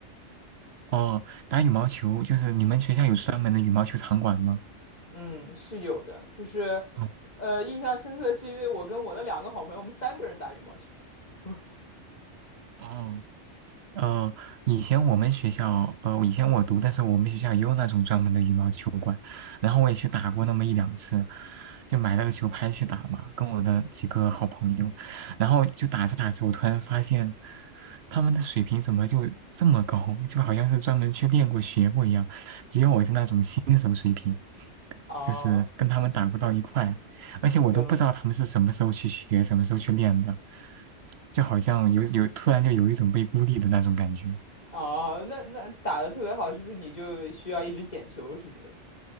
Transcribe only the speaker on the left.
嗯，是有的，就是，
呃，印象深刻是因为我跟我的两个好朋友，我们三个人打羽毛球。<laughs>
啊，
行。
哦，那那打的特别好，是不是你就需要一直捡球什么的？